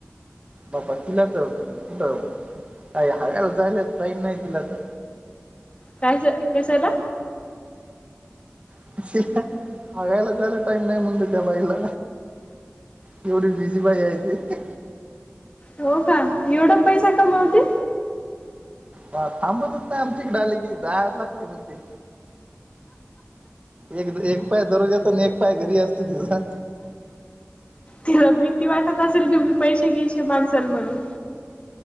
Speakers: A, on the right (about 30°); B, on the left (about 25°).
A: बाप्पा तिला त अं कुठं काय हगायला जायला टाईम नाही तिला त.
B: काय ज कशाला?
A: <unintelligible> जायला टाईम नाही म्हणल त्या बाईला. एवढी बिझी बाई आहे ती.
B: हो का? एवढा पैसा कमवती?
A: बा थांबतच नाही आमच्या इकडे आले की. जायच लागते म्हणते. एकद एक पाय दरुजात आन एक पाय घरी असते तिचा.
B: तिला भीती वाटत असेल तुम्ही पैसे घिशे मांगसाल म्हणून.